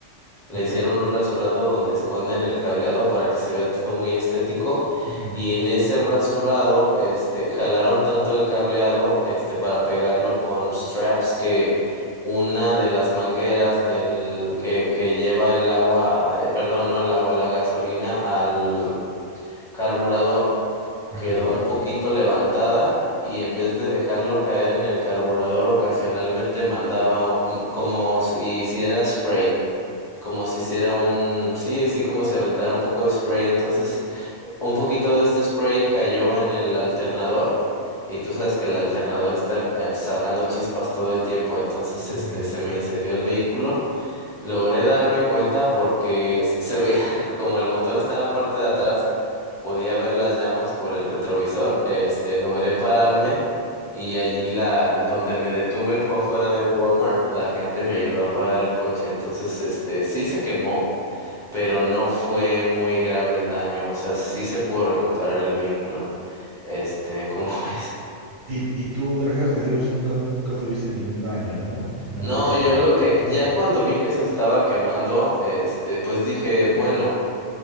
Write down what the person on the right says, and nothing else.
Ok,
ujú,
¿Al
carburador?
Ujú.
Y, y tú, gracias a Dios, nunca, nunca tuviste ningún daño, ¿no? No
te hiciste
daño.
ujú.